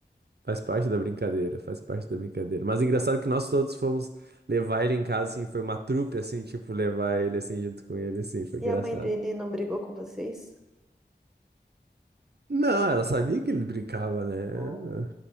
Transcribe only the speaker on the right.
faz parte da brincadeira, faz parte da brincadeira. Mas engraçado que nós todos fomos levar ele em casa, assim, foi uma trupe, assim, tipo, levar ele, assim, junto com ele, assim, foi
engraçado.
Não, ela sabia que ele brincava, né?